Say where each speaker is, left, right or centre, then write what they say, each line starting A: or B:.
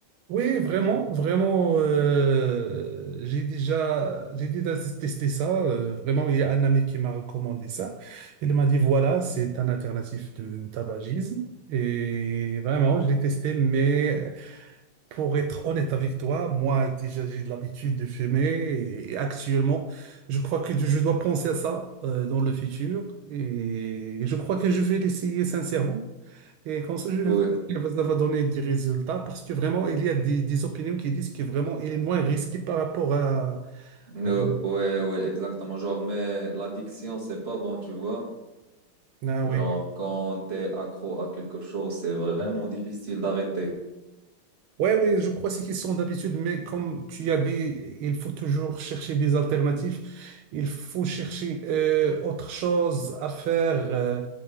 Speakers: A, on the right; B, on the right.
A: Oui, vraiment, vraiment, euh, j'ai déjà, j'ai déjà testé ça. euh, vraiment, il y a un ami qui m'a recommandé ça. Il m'a dit, voilà, c'est un alternatif de tabagisme. Et vraiment, je l'ai testé, mais pour être honnête avec toi, moi, déjà, j'ai de l'habitude de fumer et actuellement, je crois que je dois penser à ça euh, dans le futur et je crois que je vais l'essayer sincèrement. Et comme ça, je vais
B: Ouais,
A: voir si ça va donner des résultats parce que vraiment, il y a des, des opinions qui disent que vraiment, il est moins risqué par rapport à,
B: euh,
A: à l'-
B: ouais, ouais, exactement. Genre, mais l'addiction, c'est pas bon, tu vois.
A: Ah
B: Genre,
A: oui.
B: quand t'es accro à quelque chose, c'est vraiment difficile d'arrêter.
A: Ouais, oui, je crois que c'est question d'habitude, mais comme tu as dit, il faut toujours chercher des alternatives. Il faut chercher euh, autre chose à faire euh,